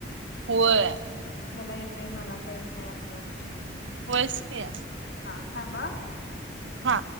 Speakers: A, on the right; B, on the left.
A: वय
B: याला येतय मला का येत नाही असं
A: वयसक्या
B: हा थांबा
A: हा